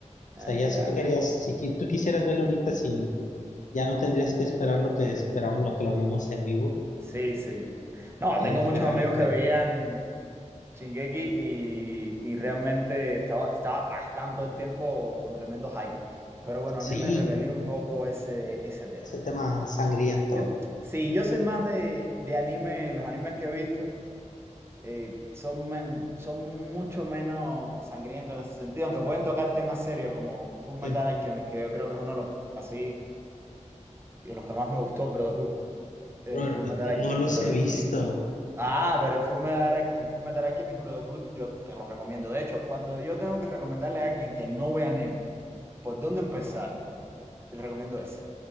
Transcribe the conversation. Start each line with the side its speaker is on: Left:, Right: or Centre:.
Right: Ah,
Left: sea, ya
Right: ya.
Left: si tú querías, si qui- tú quisieras verlo ahorita, sin, ya no tendrías que esperar lo que esperamos, lo que lo vimos en vivo.
Right: Sí, sí. No,
Left: Te
Right: tengo
Left: tocaría
Right: muchos amigos
Left: verlo.
Right: que
Left: pero-
Right: veían Shingeki y, y realmente estaba, estaba bastante el tiempo con tremendo hype. Pero bueno, a mí
Left: Sí,
Right: me repelió un poco ese, ese tema.
Left: ese tema sangriento.
Right: Yo, sí, yo soy más de, de anime, los animes que he visto eh, son, me- son mucho menos sangrientos en ese sentido, aunque pueden tocar temas serios como Fullmetal
Left: Sí.
Right: Alchemist, que yo creo que es uno de los, así, de los que más me gustó, Brotherhood, el
Left: Bro,
Right: Fullmetal Alchemist
Left: no los
Right: Brotherhood.
Left: he visto.
Right: Ah, pero el Fullmetal, Al- el Fullmetal Alchemist Brotherhood yo te lo recomiendo. De hecho, cuando yo tengo que recomendarle a alguien que no ve anime, ¿por dónde empezar? Le recomiendo ese.